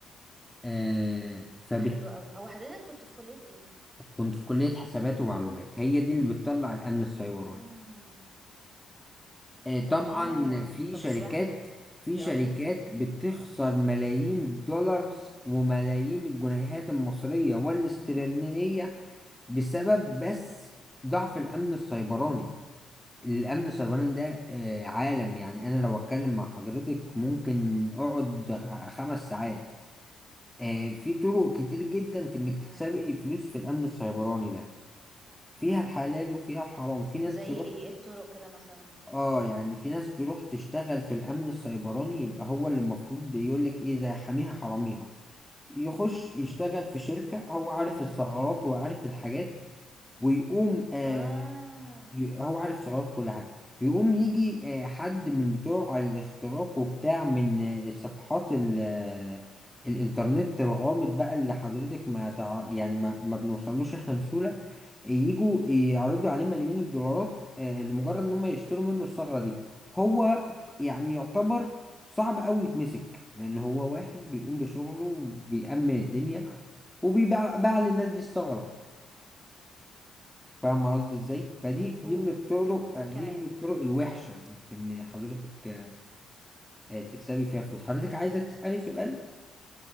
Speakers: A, in the centre; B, on the right.
A: آه فبت...
B: ده حلو قوي هو حضرتك كنت في كلية ايه
A: كنت في كلية حسابات ومعلومات هي دي اللي بتطلع الأمن السيبراني
B: آه.
A: آه طبعا
B: تمام
A: في
B: طب
A: شركات
B: اشرح لي
A: في شركات
B: اكتر
A: بتخسر ملايين الدولار وملايين الجنيهات المصرية والاسترلينية بسبب بس ضعف
B: مم.
A: الأمن السيبراني الأمن السيبراني ده آه عالم يعني أنا لو أتكلم مع حضرتك ممكن أقعد خ- خمس ساعات آه في طرق كتير جدا في
B: تمام
A: إنك تكسبي فلوس في الأمن السيبراني ده فيها الحلال وفيها الحرام في ناس
B: زي
A: تروح
B: ايه إيه الطرق كده مثلا
A: اه يعني في ناس تروح تشتغل في الأمن السيبراني يبقى هو اللي المفروض يقولك ايه ده حاميها حراميها يخش يشتغل في شركة هو
B: امم
A: عارف الثغرات وعارف الحاجات ويقوم آه
B: اه
A: ي- هو عارف ثغرات كل حاجة يقوم يجي آه، حد من بتوع الاختراق وبتاع من آه، صفحات ال آه، الإنترنت الغامض بقى اللي حضرتك ما تع... يعني ما, ما بنوصلوش إحنا بسهولة يجوا يعرضوا عليه ملايين الدولارات آه، لمجرد إن هم يشتروا منه الثغرة دي هو يعني يعتبر صعب أوي يتمسك لأن هو واحد بيقوم بشغله وبيأمن الدنيا وبيباع باع للناس دي الثغرة فاهم قصدي ازاي فدي
B: مفهوم
A: دي من الطرق
B: مفهوم وايه
A: آه،
B: كمان
A: دي من الطرق الوحشه
B: فاهمة.
A: في ان حضرتك آه، تكسبي فيها فلوس حضرتك عايزه تسالي سؤال